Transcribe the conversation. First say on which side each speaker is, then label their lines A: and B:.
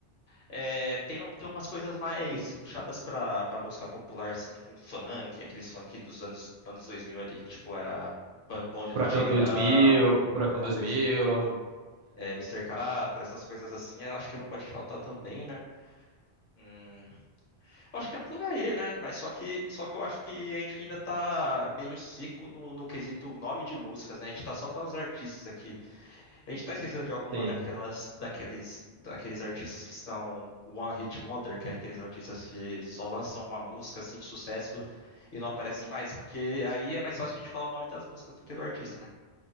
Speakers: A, on the left (about 55°); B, on the right (about 85°).
A: é, tem, tem umas coisas mais puxadas pra, pra música popular, assim, tipo um funk, aqueles funk dos anos, anos 2000 ali, que tipo era Ba- Bonde
B: Furacão
A: do Tigrão,
B: dois mil, Furacão
A: Furacão
B: 2000,
A: 2000 é, Mr. Catra, essas coisas assim, eu acho que não pode faltar também, né? Hum, eu acho que é por aí, né? Mas só que, só que eu acho que a gente ainda tá meio seco no, no quesito nome de músicas, né? A gente tá só falando dos artistas aqui. A gente tá esquecendo de alguma
B: Sim.
A: daquelas, daqueles, daqueles artistas que são One Hit Wonder, que é aqueles artistas que só lançam uma música assim de sucesso e não aparecem mais, porque aí é mais fácil a gente falar o nome das músicas do que do artista, né?